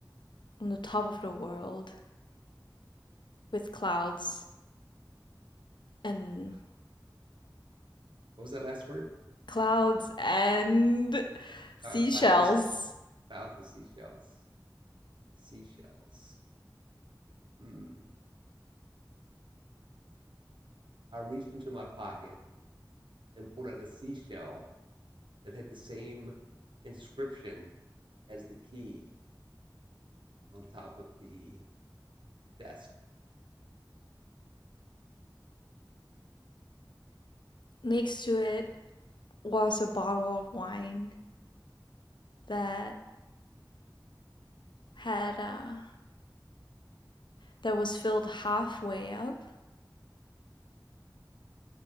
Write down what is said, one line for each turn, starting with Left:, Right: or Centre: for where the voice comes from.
Left: on the top of the world with clouds and
Right: Ah, What was that last word?
Left: clouds and seashells.
Right: Uh, cloud. This cl- Seashell. clouds and seashells. Seashells. Hmm. I reached into my pocket and pulled out a seashell that had the same inscription as the key on top of the desk.
Left: Next to it was a bottle of wine that had uh, that was filled halfway up